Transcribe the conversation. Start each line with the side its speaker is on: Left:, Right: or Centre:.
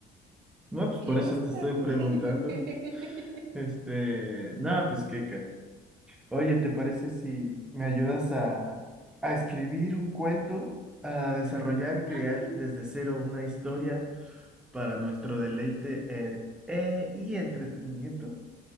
Centre: No, pues
Right: ilústrame.
Centre: por eso te estoy preguntando.
Right: <laughs>
Centre: Este, nada, pues qué, Kat. Oye, ¿te parece si me ayudas a, a escribir un cuento, a desarrollar,
Right: Claro,
Centre: crear desde cero una historia para nuestro deleite eh, eh, y entretenimiento?